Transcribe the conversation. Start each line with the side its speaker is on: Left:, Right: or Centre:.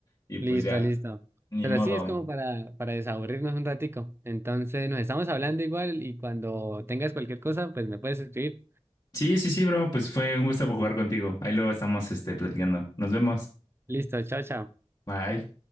Left: Y
Right: listo,
Left: pues ya,
Right: listo.
Left: ni
Right: Pero
Left: modo.
Right: sí, es como para, para desaburrirnos un ratico. Entonces, nos estamos hablando igual y cuando tengas cualquier cosa, pues me puedes escribir.
Left: Sí, sí, sí, bro. Pues fue un gusto jugar contigo. Ahí luego estamos, este, platicando. Nos vemos.
Right: Listo, chao, chao.
Left: Bye.